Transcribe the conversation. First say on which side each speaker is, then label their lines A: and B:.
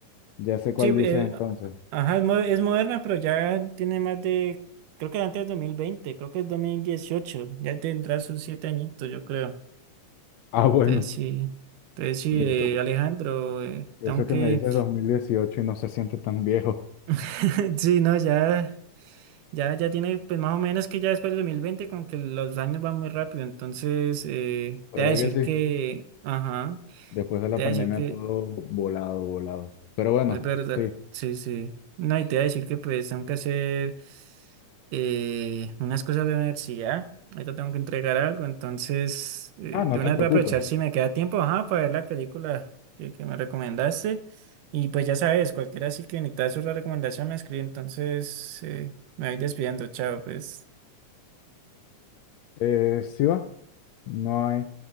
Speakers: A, on the left; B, on the right.
A: Ya sé cuál
B: Sí,
A: dices
B: eh,
A: entonces.
B: ajá, es, mo- es moderna, pero ya tiene más de, creo que antes de dos mil veinte creo que es dos mil dieciocho ya tendrá sus siete añitos, yo creo.
A: Ah, bueno.
B: Entonces sí, entonces sí,
A: <laughs> Eso
B: eh, Alejandro, eh,
A: Y
B: tengo
A: eso
B: que,
A: que me dices 2018 y no se siente tan viejo.
B: <laughs> sí, no, ya. Ya, ya tiene, pues más o menos que ya después del 2020 como que los años van muy rápido. Entonces, eh,
A: ¿Verdad
B: te voy a decir
A: que sí?
B: que, ajá,
A: Después de la
B: te voy
A: pandemia
B: a decir que,
A: todo volado, volado. Pero bueno,
B: es verdad,
A: sí.
B: sí, sí. No, y te voy a decir que pues tengo que hacer eh, unas cosas de la universidad. Ahorita tengo que entregar algo, entonces, eh,
A: Ah, no
B: de una
A: te
B: vez
A: preocupes.
B: voy a aprovechar si me queda tiempo, ajá, para ver la película que, que me recomendaste. Y pues ya sabes, cualquiera así que necesitas una recomendación me escribe, entonces, eh, me voy despidiendo, chao, pues.
A: Eh, sí va. No hay,